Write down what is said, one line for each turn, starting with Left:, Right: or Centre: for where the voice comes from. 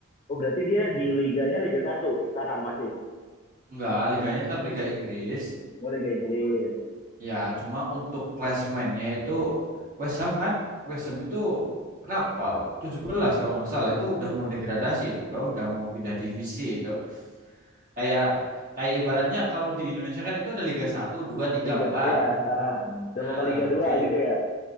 Left: oh berarti dia di liganya Liga Satu sekarang masih
Right: Enggak, liganya tetap Liga Inggris.
Left: mau Liga Inggris
Right: Ya, cuma untuk klasemennya itu West Ham kan. West Ham itu berapa? tujuh belas kalau nggak salah itu udah mau degradasi itu, Bro. Udah mau pindah divisi itu. Kayak kayak ibaratnya kalau di Indonesia kan itu ada Liga satu 2 3
Left: Liga
Right: empat
Left: ya ah, udah
Right: Nah,
Left: mau ke Liga Dua
Right: di,
Left: gitu ya